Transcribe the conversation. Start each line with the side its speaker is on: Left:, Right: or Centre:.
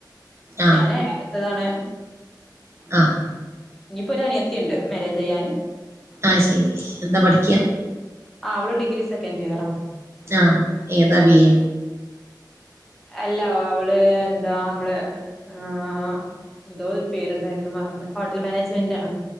Right: ആഹ്
Centre: ഞാന് എയാമത്തതാണ്
Right: ആഹ്
Centre: ഇനിയിപ്പോ ഒരു അനിയത്തിണ്ട് മാരേജ് ചെയ്യാന്
Right: അയ് ശരി എന്താ പഠിക്കാ?
Centre: ആ അവള് ഡിഗ്രി സെക്കന്റിയറാണ്
Right: ആഹ് ഏതാ ബീയെ
Centre: അല്ല അവള് എന്താമ്മള് ആഹ് എന്തോ ഒരു പേരുണ്ടായിരുന്നു മറന്ന് ഹോട്ടൽ മാനേജ്മെന്റ് ആണ്